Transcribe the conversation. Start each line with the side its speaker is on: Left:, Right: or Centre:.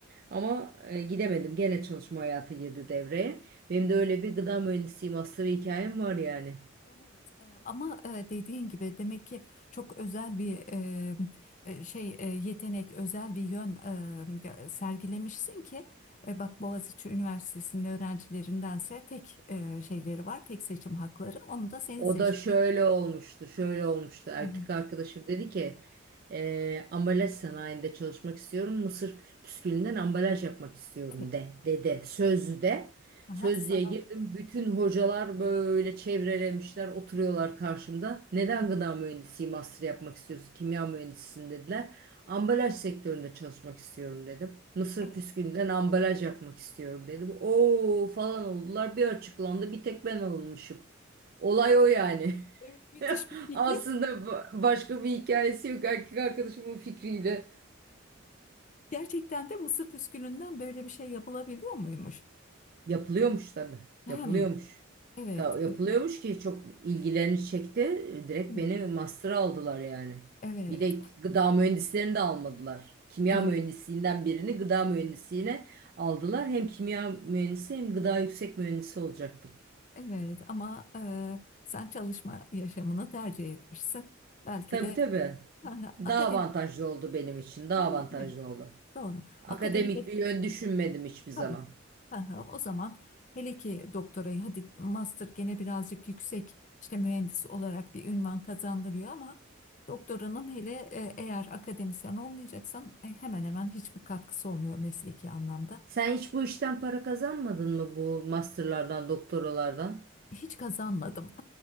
Right: Ama e, gidemedim. Gene çalışma hayatı girdi devreye. Benim de öyle bir gıda mühendisliği master hikayem var yani.
Left: Evet, e, ama e, dediğin gibi demek ki çok özel bir e, e, şey e, yetenek, özel bir yön e, sergilemişsin ki e, bak Boğaziçi Üniversitesi'nin öğrencilerindense tek e, şeyleri var, tek seçim hakları. Onu da senin
Right: O
Left: seçmiş.
Right: da şöyle olmuştu, şöyle olmuştu. Erkek
Left: Hı hı.
Right: arkadaşım dedi ki, "Eee, ambalaj sanayinde çalışmak istiyorum. Mısır püskülünden ambalaj yapmak istiyorum
Left: Evet.
Right: de, dedi. Sözlü de.
Left: Aha,
Right: Sözlüğe
Left: sana.
Right: girdim. Bütün hocalar böyle çevrelemişler, oturuyorlar karşımda. Neden
Left: Heh,
Right: gıda mühendisliği master yapmak istiyorsun? Kimya mühendisisin dediler. Ambalaj sektöründe çalışmak istiyorum dedim. Mısır
Left: evet.
Right: püskülünden ambalaj yapmak istiyorum dedim. Oo falan oldular. Bir açıklandı. Bir tek ben alınmışım. Olay o yani.
Left: Evet, müthiş
Right: <laughs>
Left: bir fikir.
Right: Aslında ba- başka bir hikayesi yok. Erkek arkadaşımın fikriydi.
Left: Gerçekten de mısır püskülünden böyle bir şey yapılabiliyor muymuş?
Right: Yapılıyormuş tabii.
Left: Hem
Right: Yapılıyormuş.
Left: evet,
Right: Ta, yapılıyormuş
Left: evet,
Right: ki çok ilgilerini çekti. Direkt
Left: değil
Right: beni
Left: mi?
Right: master'a aldılar yani.
Left: Evet,
Right: Bir de gıda mühendislerini de almadılar. Kimya
Left: evet.
Right: mühendisliğinden birini gıda mühendisliğine aldılar. Hem kimya mühendisi hem gıda yüksek mühendisi olacaktım.
Left: Evet ama eee, sen çalışma yaşamını tercih etmişsin. Belki
Right: Tabii
Left: de
Right: tabii.
Left: ha, ha,
Right: Daha
Left: akademik
Right: avantajlı oldu benim için. Daha
Left: tabii
Right: avantajlı
Left: tabii,
Right: oldu.
Left: doğru.
Right: Akademik
Left: Akademik
Right: bir yön düşünmedim hiçbir zaman.
Left: tabii. Ha, ha, o zaman hele ki doktorayı hadi master gene birazcık yüksek işte mühendis olarak bir ünvan kazandırıyor ama doktoranın hele e, eğer akademisyen olmayacaksan e, hemen hemen hiçbir katkısı olmuyor mesleki anlamda.
Right: Sen hiç bu işten para kazanmadın mı bu masterlardan, doktoralardan?
Left: Hiç kazanmadım.